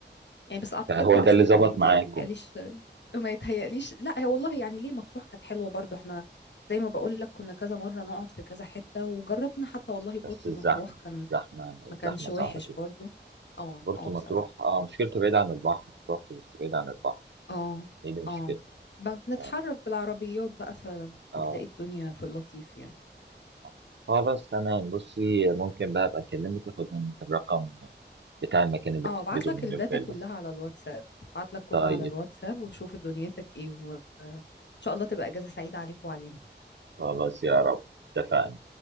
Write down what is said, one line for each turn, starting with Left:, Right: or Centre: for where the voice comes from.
Left: يعني بس اعتقد
Right: فهو
Left: ده اخرنا
Right: ده اللي ظبط
Left: ما يتهيأليش
Right: معاكم
Left: ما يتهيأليش لا هي والله يعني ليه مطروح كانت حلوه برضو احنا زي ما بقول لك كنا كذا مره نقعد في كذا حته وجربنا حتى والله بورتو
Right: بس الزحمه
Left: مطروح كان
Right: الزحمه الزحمه
Left: ما كانش وحش
Right: صعبه كده
Left: برضو اه
Right: برضه
Left: اه بصراحه
Right: مطروح اه مشكلته بعيد عن البحر رحت بس بعيد عن البحر
Left: اه
Right: ايه اللي مشكلته
Left: اه ب- بنتحرك
Right: اه
Left: بالعربيات بقى فبتلاقي
Right: آه،
Left: الدنيا في اللطيف يعني
Right: صح خلاص تمام بصي ممكن بقى ابقى اكلمك اخد منك الرقم بتاع المكان اللي
Left: اه
Right: بتحجزه
Left: ابعت لك
Right: منه
Left: الداتا
Right: الفيلا
Left: كلها على الواتساب ابعت لك كله
Right: طيب
Left: على الواتساب وشوف دنيتك ايه وان شاء الله تبقى اجازه سعيده عليك وعلينا
Right: خلاص يا رب اتفقنا